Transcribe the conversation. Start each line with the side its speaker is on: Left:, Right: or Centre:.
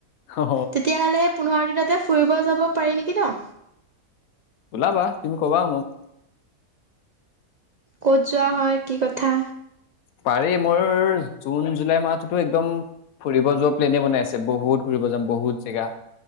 Left: অ
Right: তেতিয়াহলে সেই পোন্ধৰ দিনতে, ফুৰিব যাব পাৰি নেকি ন?
Left: ওলাবা তুমি কবা মোক।
Right: ক'ত যোৱা হয় কি কথা?
Left: পাৰি মোৰ জুন জুলাই মাহতো একদম ফুৰিব যোৱা প্লেনে বনাই আছে বহুত ঘুৰিব যাম বহুত জেগা